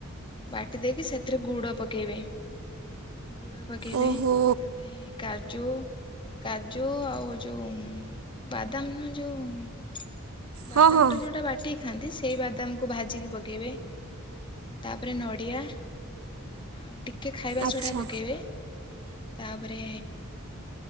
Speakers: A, on the left; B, on the right.
A: ବାଟି ଦେଇକି ସେଥିରେ ଗୁଡ ପକେଇବେ ଗୁଡ ପକେଇବେ
B: ଓହୋ
A: ତାପରେ କାଜୁ କାଜୁ ଆଉ ଯୋଉ ଉଁ ବାଦାମ ନୁହେ ଯୋଉ ବାଦାମ
B: ହଁ ହଁ
A: ଟା ଯୋଉଟା ବାଟି ଥାନ୍ତି ସେଇ ବାଦାମକୁ ଭାଜିକି ପକେଇବେ ତାପରେ ନଡ଼ିଆ ଆଉ ଟିକେ ଖାଇବା
B: ଆଚ୍ଛା
A: ସୋଢା ପକେଇବେ ତାପରେ